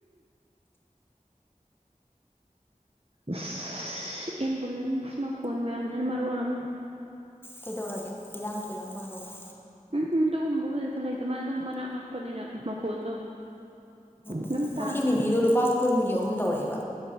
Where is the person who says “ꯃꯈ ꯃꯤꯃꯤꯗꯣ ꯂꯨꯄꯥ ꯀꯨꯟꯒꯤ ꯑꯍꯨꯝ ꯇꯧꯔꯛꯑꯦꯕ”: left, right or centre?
Left